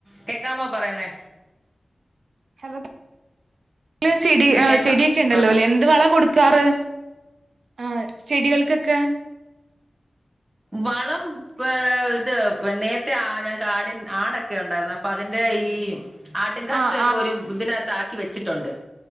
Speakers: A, on the right; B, on the right.
A: കേക്കാമോ പറയ്ണേ
B: ഹലോ വീട്ടില് ചെടി ആ
A: കേക്കാം
B: ചെടിയൊക്കെ ഉണ്ടല്ലോ
A: പറഞ്ഞോ
B: അല്ലേ എന്ത് വളമാ കൊടു കാറ് ആ ചെടികൾക്ക്ക്കൊക്കെ
A: വളം ഇത് പിൻ നേരത്തെ ആ ഞങ്ങ്ക്ക് ആടിൻ ആടൊക്കെ ഉണ്ടായിരുന്നു അപ്പൊ അതിന്റെ ഈ ആട്ട് കാഷ്ഠ
B: ആഹ്
A: ഒക്കെ ഒരു ഇതിന്റെ അകത്ത് ആക്കി വെച്ചിട്ടുണ്ട്